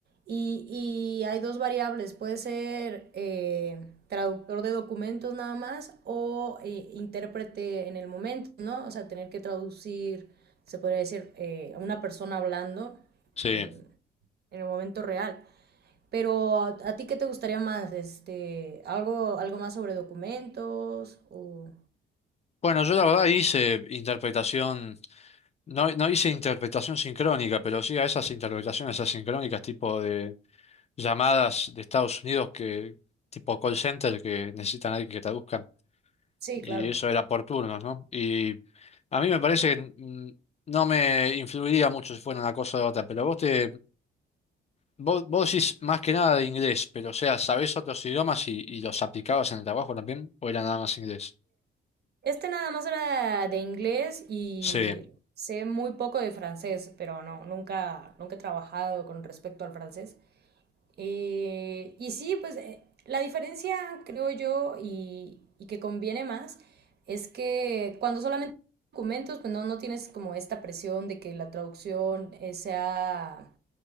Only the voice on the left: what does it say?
sí.
Bueno, yo la verdad hice interpretación, no, no hice interpretación sincrónica, pero sí a esas interpretaciones asincrónicas tipo de llamadas de Estados Unidos que, tipo call center, que necesitan a alguien que traduzcan.
Y
eso era por turnos, ¿no? Y a mí me parece que mm, no me influiría mucho si fuera una cosa u otra, pero vos te, vos, vos decís más que nada de inglés, pero o sea, ¿sabés otros idiomas y, y los aplicabas en el trabajo también? ¿O era nada más inglés?
Sí,